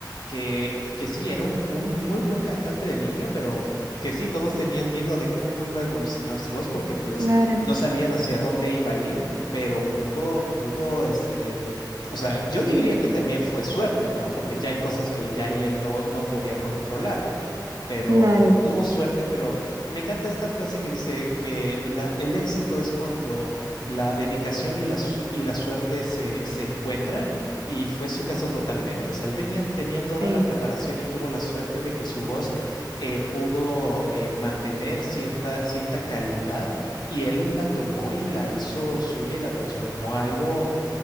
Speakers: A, on the left; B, on the right.
A: que, que sí, era un, un muy buen cantante de niño, pero que sí, todos tenían miedo de cómo iba a evolucionar su voz, porque pues
B: Claro,
A: no sabían hacia dónde iba a ir, pero pudo, pudo, este, o sea, yo diría que también fue suerte, ¿no? Porque ya hay cosas que ya y él no, no podía controlar, pero
B: claro.
A: tuvo suerte, pero me encanta esta frase que dice que la, el éxito es cuando la dedicación y la, su- y la suerte se, se encuentran. Y fue su caso totalmente. O sea, él venía, tenía toda
B: Sí,
A: la preparación y tuvo la suerte de que su voz eh, pudo eh, mantener cierta, cierta calidad y él la tomó y la hizo suya y la transformó a algo,